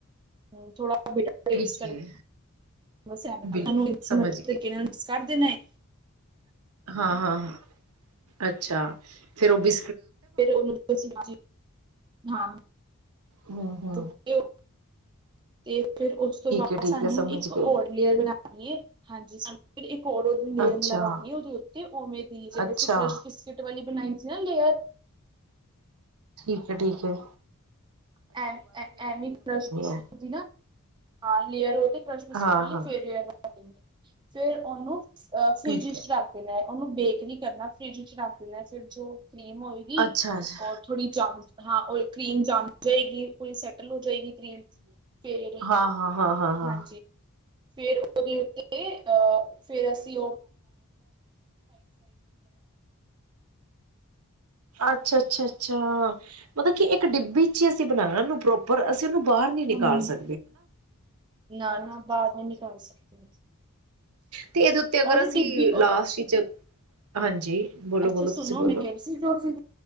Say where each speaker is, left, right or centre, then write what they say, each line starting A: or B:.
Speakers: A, on the right (about 20°); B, on the right (about 85°).
A: ਹੂ ਥੋੜਾ <unintelligible>
B: ਠੀਕ ਹੈ ਬਿਲਕੁਲ ਸਮਝ ਗਈ
A: ਨਹੀਂ।
B: ਹਾਂ ਹਾਂ ਅੱਛਾ ਫੇਰ ਉਹ ਵੀ
A: <unintelligible> ਹਾਂ।
B: ਹੂ ਹੂ
A: ਗੁੱਡੇ ਤੇ। ਫਿਰ ਉਸ ਤੋਂ ਬਾਅਦ
B: ਏ ਠੀਕ
A: ਸਾਨੂੰ
B: ਏ ਸਮਝ
A: ਇੱਕ
B: ਗਈ।
A: ਹੋਰ ਲੇਅਰ ਬਣਾਣੀ ਹੈ, ਹਾਂਜੀ ਸਾਨੂੰ ਇੱਕ ਹੋਰ ਲੇਅਰ
B: ਅੱਛਾ
A: ਲਗਾਨੀ ਉਹਦੇ ਉੱਤੇ, ਉਵੇਂ ਦੀ ਜਿਵੇਂ
B: ਅੱਛਾ
A: ਅਸੀਂ ਕਸ਼ ਬਿਸਕਿਟ ਵਾਲੀ ਬਣਾਈ। ਲੇਅਰ
B: ਠੀਕ ਹੈ ।
A: ਐ ਐ ਵੀ ਕਰਸ਼ ਬਿਸਕੁਟ
B: ਐ।
A: ਵਾਲੀ ਨਾ, ਹ ਲੇਅਰ ਹੋ ਕ੍ਰਸ਼ ਬਿਸਕਿਟ
B: ਹਾਂ
A: ਮ
B: ਹਾਂ
A: ਫੇਰ ਫੇਰ ਉਹਨੂੰ ਅ ਫਰਿਜ
B: ਠੀਕ ਐ
A: ਚ ਰੱਖ ਦੇਣਾ ਐ। ਉਹਨੂੰ ਬੇਕ ਨੀ ਕਰਨਾ ਫਰਿਜ ਚ। ਰ ਲੈ ਫਿਰ ਜੋ ਕਰੀਮ ਹੋਏਗੀ
B: ਅੱਛਾ ਅੱਛਾ
A: ਰ ਥੋੜੀ ਜਮ ਹਾਂ ਕਰੀਮ ਜਮ ਜਾਏਗੀ ਪੂਰੀ ਸੈਟਲ ਹੋ ਜਾਏਗੀ। ਫੇਰ
B: ਬਿਲਕੁਲ,
A: ਹਾਂ
B: ਹਾਂ-ਹਾਂ-ਹਾਂ।
A: ਹਾਂਜੀ ਫੇਰ ਉਹਦੇ ਉੱਤੇ ਅਹ ਫੇਰ ਅਸੀਂ,
B: ਅੱਛਾ-ਅੱਛਾ-ਅੱਛਾ, ਮਤਲਬ ਕਿ ਇੱਕ ਡਿੱਬੀ ਚ ਹੀ ਅਸੀਂ ਬਣਾਣਾ ਉਹਨੂੰ ਪ੍ਰੋਪਰ। ਕਿਸੇ ਨੂੰ ਬਾਹਰ ਨੀ ਨਿਕਾਲ,
A: ਹਮ।
B: ਜੀ।
A: ਨਾ ਨਾ ਬਾਅਦ ਮੈਂ ਨਿਕਾਲ ਸਕਤੇ ਹੈ।
B: ਤੇ ਇਹਦੇ ਉੱਤੇ ਅਗਰ
A: ਔਰ
B: ਅਸੀਂ
A: ਡਿੱਬੀ ਉਹਦਾ
B: ਲਾਸਟ ਵਿੱਚ। ਹਾਂਜੀ, ਬੋਲੋ
A: ਅੱਛਾ,
B: ਬੋਲੋ
A: ਸੁਣੋ
B: ਤੁਸੀਂ ਬੋਲੋ
A: ਮੈਂ ਕਹਿ ਰਹੀ ਸੀ। ਜੋ ਅਸੀਂ